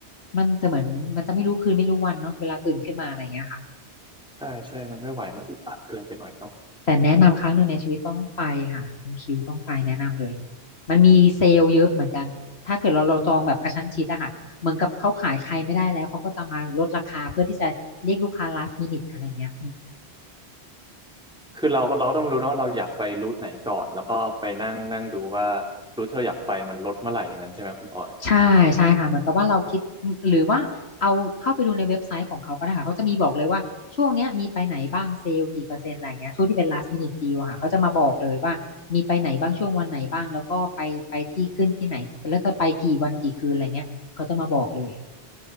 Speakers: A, on the left; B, in the centre.
A: มันจะเหมือนมันจะไม่รู้คืนไม่รู้วันเนาะเวลาตื่นขึ้นมาอะไรเงี้ยค่ะ
B: ใช่ใช่มันไม่ไหวมันอึดอัดเกินไปหน่อยเนาะ
A: แต่แนะนำครั้งหนึ่งในชีวิตต้องไปค่ะคุณคิวต้องไปแนะนำเลยมันมีเซลล์เยอะเหมือนกันถ้าเกิดเราเราจองแบบกระชั้นชิดอะค่ะเหมือนกับเขาขายใครไม่ได้แล้วเขาก็จะมาลดราคาเพื่อที่จะเรียกลูกค้า last minute อะไรเงี้ย
B: คือเราก็เราก็ต้องรู้นะว่าเราอยากไปรูทไหนก่อนแล้วก็ไปนั่งนั่งดูว่ารูทที่เราอยากไปมันลดเมื่อไหร่อย่างนั้นใช่ไหมคุณออย
A: ใช่ใช่ค่ะเหมือนกับว่าเราคิดหรือว่าเอาเข้าไปดูในเว็บไซต์ของเขาก็ได้ค่ะเขาจะมีบอกเลยว่าช่วงเนี้ยมีไปไหนบ้างเซลล์กี่เปอร์เซ็นต์อะไรเงี้ยช่วงที่เป็น last minute deal อะค่ะเขาจะมาบอกเลยว่ามีไปไหนบ้างช่วงวันไหนบ้างแล้วก็ไปไปที่ขึ้นที่ไหนแล้วจะไปกี่วันกี่คืนอะไรเงี้ยเขาจะมาบอกเลย